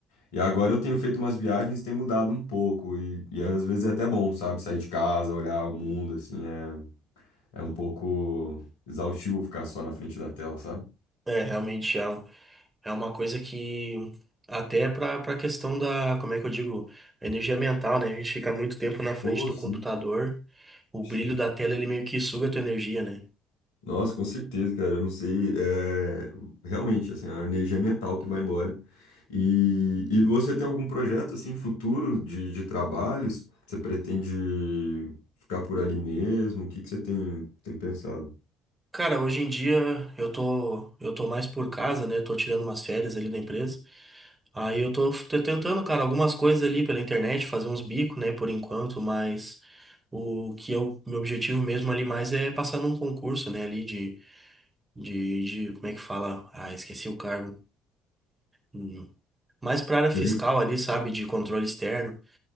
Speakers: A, on the left (about 75°); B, on the right (about 20°).
A: E agora eu tenho feito umas viagens, tem mudado um pouco, e, e às vezes é até bom, sabe? Sair de casa, olhar o mundo, assim, é, é um pouco exaustivo ficar só na frente da tela, sabe?
B: É, realmente é, um- é uma coisa que até para para a questão da, como é que eu digo, energia mental, né? A gente fica muito tempo na frente
A: Pô,
B: do
A: sim.
B: computador, o
A: sim.
B: brilho da tela ele meio que suga a tua energia, né?
A: Nossa, com certeza, cara, eu não sei, é, realmente, assim, é a energia mental que vai embora. E, e você tem algum projeto, assim, futuro de, de trabalhos? Você pretende ficar por ali mesmo? O que que você tem, tem pensado?
B: Cara, hoje em dia eu tô eu tô mais por casa, né? Tô tirando umas férias ali da empresa. Aí eu tô, t- tentando, cara, algumas coisas ali pela internet, fazer uns bicos, né, por enquanto, mas o que eu, meu objetivo mesmo ali mais é passar num concurso, né, ali de, de, de- como é que fala? Ah, esqueci o cargo. Hum. Mais pra área fiscal
A: A gente...
B: ali, sabe, de controle externo.